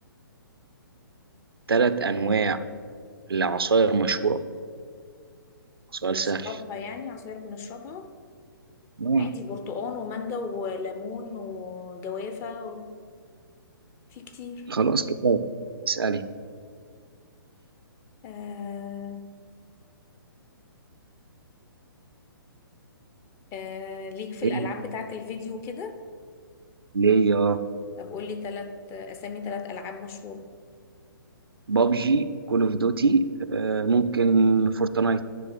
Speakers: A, on the right (about 80°); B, on the left (about 20°).
A: ثلاث انواع لعصاير مشهوره سؤال
B: بنشربها
A: سهل
B: يعني عصير بنشربها
A: آه،
B: عادي برتقان ومانجا وليمون وجوافه و... في كتير
A: خلاص كفايه اسالي
B: آه... آه... ليك في
A: إيه؟
B: الالعاب بتاعت الفيديو كده
A: ليه
B: طب قولي تلات اسامي تلات العاب مشهوره
A: بابجي كول اوف دوتي آه، ممكن فورتنايت